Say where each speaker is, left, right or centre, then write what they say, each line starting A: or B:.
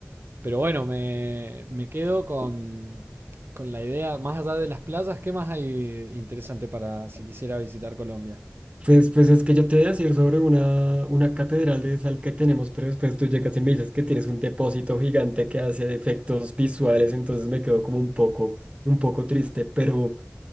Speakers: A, on the right; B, on the right.
A: pero bueno, me, me quedo con, con la idea, más allá de las playas, ¿qué más hay interesante para si quisiera visitar Colombia?
B: Pues, pues es que yo te voy a decir sobre una, una catedral de sal que tenemos, pero después tú llegas y me dices que tienes un depósito gigante que hace efectos visuales, entonces me quedo como un poco, un poco triste, pero,